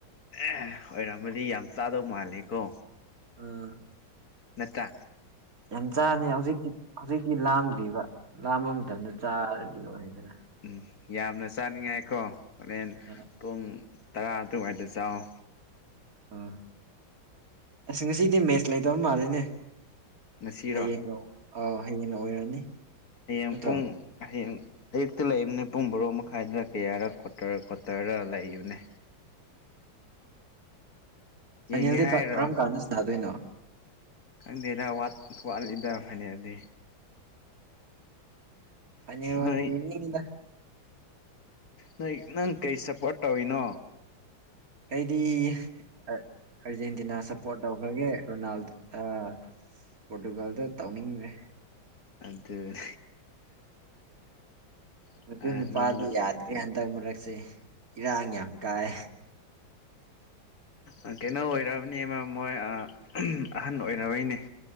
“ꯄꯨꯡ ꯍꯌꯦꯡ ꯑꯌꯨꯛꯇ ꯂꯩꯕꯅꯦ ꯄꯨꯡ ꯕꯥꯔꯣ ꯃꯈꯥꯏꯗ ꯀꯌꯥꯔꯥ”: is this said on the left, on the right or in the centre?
Left